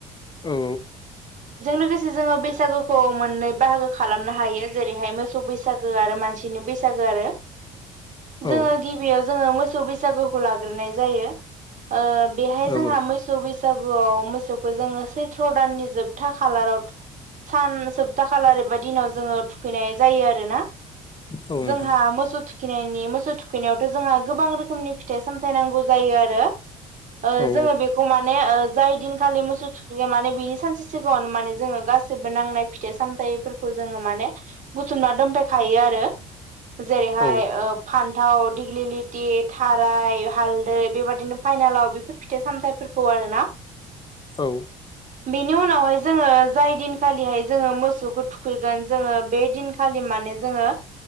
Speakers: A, on the left; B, on the right.
A: औ
B: लोगोसे जोङो बैसागोखौ मोननै बाहागो खालामनो हायो जेरैहाय मोसौ बैसागो आरो मानसिनि बैसागो आरो जोङो
A: औ
B: गिबियाव जोङो मोसौ बैसागुखौ लाग्रोनाय जायो ओ बेहाय
A: औ
B: जोंहा मोसौ बैसा सागुआव मोसौखो जोङो सैथ्र' दाननि जोबथा खालाराव सान सप्ता खालार बेबायदि दिनाव जोङो थुखैनाय जायो आरोना
A: औ नोंथां
B: जोंहा मोसौ थु खिनायनि मोसौ थुखैनायावथ' जोंहा गोबां रोखोमनि फिथाइ-सामथाय नांगौ जायो आरो ओ
A: औ
B: जोङो बेखौ माने ओ जाय दिनखालि मोसौ थुखैयो माने बिनि सानसे सिगाङाव माने जोङो गासैबो नांनाय फिथाइ-सामथायाइफोर खौ जोङो माने बुथुमना दोनफायखायो आरो जेरैहाय
A: औ
B: ओ फान्थाव दिग्लि लिटि थाराय हालदै बेबादिनो पाइनालाव बेफोर फिथाइ-सामथाइफोरखौ आरोना
A: औ
B: बिनि उनावहाय जोङो जाय दिनखालिहाय जोङो मोसौखौ थु खैगोन जोङो बे दिनखालि माने जोङो